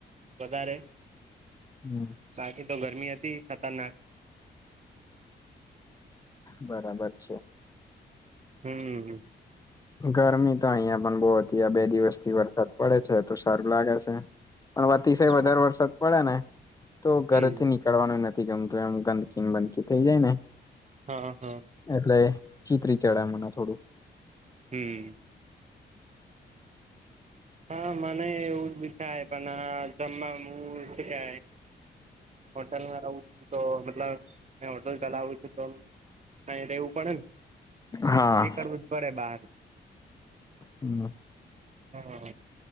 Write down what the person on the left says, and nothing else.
હમ
બરાબર છે
ગરમી તો અહિયાં પણ બહ હતી બે દિવસ થી વરસાદ પડે છે તો સારું લાગે છે પણ અતિશય
વધારે વરસાદ પડે ને તો
ઘરે થી નીકળ કરવાનું નથી ગમતું એમ ગંદકી ને બંદકી થઈ જાય ને
એટલે ચીતરી ચડાય મને થોડું.
હા
હમ